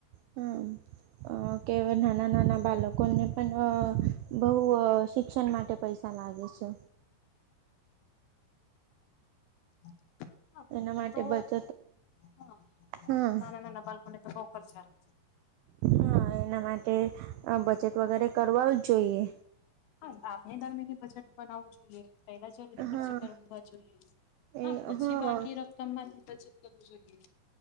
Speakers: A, on the right; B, on the left.
A: હમ્મ. અ કે નાના નાના બાલકોને પણ બહુ શિક્ષણ માટે પૈસા લાગે છે.
B: <inaudible> હા,
A: એના
B: મારે
A: માટે
B: તો
A: બચત
B: હ
A: હા
B: નાના નાના બાલ્કોને તો હકર <unintelligible> ચાલે.
A: હા, એના માટે અ બચત વગેરે કરવા જ જોઈએ.
B: હા આપણે દર મહિને બજેટ બનાવવું જોઈએ. પેલા જલ્દી ખર્ચ
A: હા
B: કરવા જોઈએ
A: એ
B: હા પછી
A: હા
B: બાકી ર કમમાંથી બચત કરવું જોઈએ.